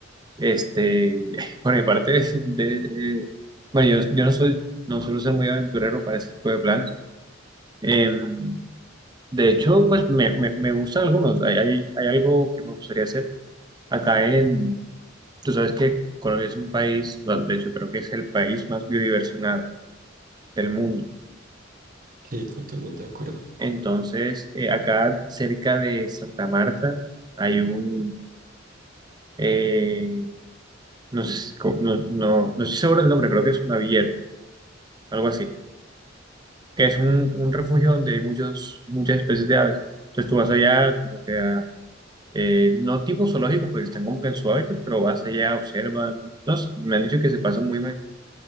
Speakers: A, on the right; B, on the right.
A: Este, <laughs> por mi parte, de, eh, bueno, yo, yo no soy, no suelo ser muy aventurero para ese tipo de planes. Em, de hecho, pues me, me, me gustan algunos. Hay, hay, hay algo que me gustaría hacer acá en, tú sabes que Colombia es un país, bueno, de hecho creo que es el país más biodiverso en aves del mundo.
B: Sí, totalmente de acuerdo.
A: Entonces, eh, acá cerca de Santa Marta hay un, eh, no sé, si- no, no, no estoy seguro del nombre, creo que es un aviero, algo así que es un, un refugio donde hay muchos, muchas especies de aves. Entonces tú vas allá como que a, eh, no tipo zoológico porque están como que en su hábitat, pero vas allá, observan. No sé, me han dicho que se pasa muy buen,